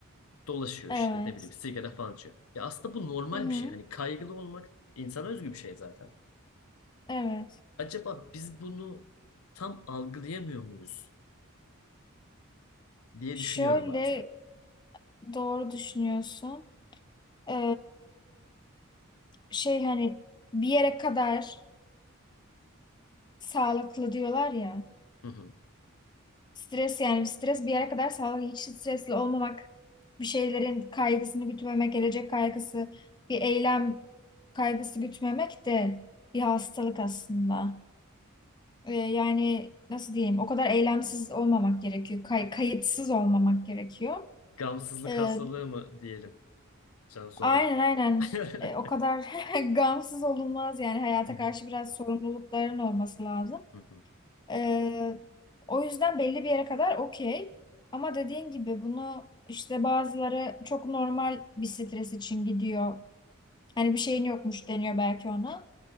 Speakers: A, on the left; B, on the left.
A: Dolaşıyor
B: Evet.
A: işte ne bileyim sigara falan içiyor. Ya aslında bu normal
B: Hı hı.
A: bir şey. Hani kaygılı olmak insana özgü bir şey zaten.
B: Evet.
A: Acaba biz bunu tam algılayamıyor muyuz diye
B: Şöyle
A: düşünüyorum bazen.
B: doğru düşünüyorsun. Ee, şey hani bir yere kadar sağlıklı diyorlar ya.
A: Hı hı.
B: Stres yani stres bir yere kadar sağlıklı. Hiç stresli olmamak, bir şeylerin kaygısını gütmemek, gelecek kaygısı, bir eylem kaygısı gütmemek de bir hastalık aslında. Ee, yani nasıl diyeyim? O kadar eylemsiz olmamak gerekiyor. Kay kayıtsız olmamak gerekiyor.
A: Gamsızlık
B: Ee,
A: hastalığı mı diyelim Cansu
B: aynen
A: Hanım.
B: aynen.
A: <laughs>
B: Ee, o kadar <laughs> gamsız olunmaz yani hayata
A: Hı hı,
B: karşı biraz sorumlulukların olması lazım.
A: hı hı.
B: Ee, o yüzden belli bir yere kadar okey. Ama dediğin gibi bunu işte bazıları çok normal bir stres için gidiyor. Hani bir şeyin yokmuş deniyor belki ona.